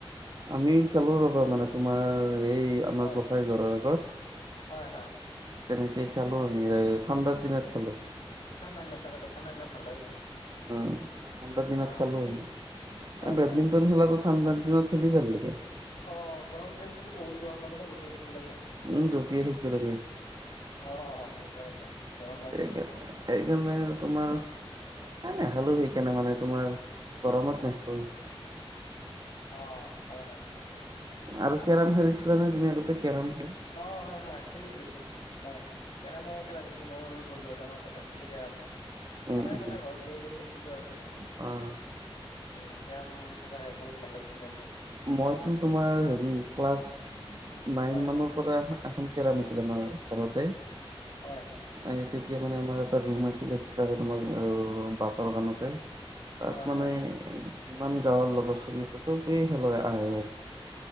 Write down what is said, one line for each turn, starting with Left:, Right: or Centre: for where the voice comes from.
Right: আমিও খেলো ৰবা মানে তোমাৰ, এই আমাৰ
Left: হয়
Right: গোঁসাই ঘৰৰ আগত।
Left: হয় হয়
Right: তেনেকে খেলো মিলাই এই ঠাণ্ডাৰ দিনত খেলো।
Left: ঠাণ্ডা দিনত তাকেটো, ঠাণ্ডা দিনত ভাল লাগে খেলি।
Right: উম ঠাণ্ডাৰ দিনত
Left: অ
Right: খেলো। এ
Left: হয়
Right: বেডমিণ্টন
Left: হয়
Right: খেলাটো ঠাণ্ডাৰ দিনত খেলি ভাল লাগে।
Left: অ', গৰম দিনত কিন্তু বহুত গৰম লাগে ন, জঁপিয়াই থাকিব লাগে।
Right: উম জঁপিয়াই থাকিব লাগে।
Left: অ', সঁচাই সঁচাই। গৰম লাগে
Right: সেইকাৰণে,
Left: কিন্তু হয়
Right: সেইকাৰণে আৰু তোমাৰ নাই
Left: হয়
Right: নাই হলোঁ সিক কেনে মানে তোমাৰ গৰমত নেখলোঁ।
Left: হয় অ', হয়-হয় ঠিকেইটো।
Right: আৰু কেৰেম খেলিছিলা নে, তুমি আগতে কেৰেম খেল
Left: অ হয়-হয় খেলিছিলোঁ, খেলিছিলোঁ হয়। কেৰমো খেলা গৈছিল মোৰ বন্ধু এজনৰ তাত আছিলে কেৰমখন।
Right: উম
Left: সদায়
Right: উম
Left: মানে ঘৰত গৈ গৈ খেলিছিলো আৰু কেৰম।
Right: অ',
Left: উম, কেৰম সঁচাকৈ বহুত ভাল লাগিছিলে সেইটো।
Right: মইতো তোমাৰ হেৰি, ক্লাছ নাইন
Left: হয়
Right: মানত। পৰা এখন কেৰম আছিলে আমাৰ ঘৰতে।
Left: হয়।
Right: এই তেতিয়া মানে আমাৰ এটা ৰুম আছিল, এক্সট্ৰাকে তোমাৰ বাটৰ কানতে। তাত
Left: হয়
Right: মানে
Left: হয়
Right: যিমান গাঁৱৰ লগৰ চলি আছে চবেই খেলব আহে আৰু।